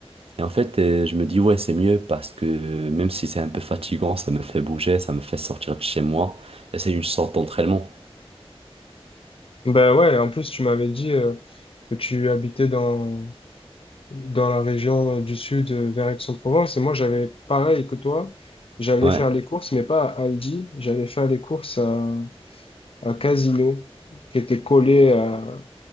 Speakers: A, on the right; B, on the left.
A: Et en fait, euh, je me dis, ouais, c'est mieux parce que euh, même si c'est un peu fatigant, ça me fait bouger, ça me fait sortir de chez moi. Et c'est une sorte d'entraînement.
B: Ben ouais, en plus, tu m'avais dit euh, que tu habitais dans, dans la région euh, du sud euh, vers Aix-en-Provence. Et moi, j'avais pareil que toi. J'allais
A: Ouais.
B: faire les courses, mais pas à Aldi. J'allais faire les courses à, à Casino, qui était collé à...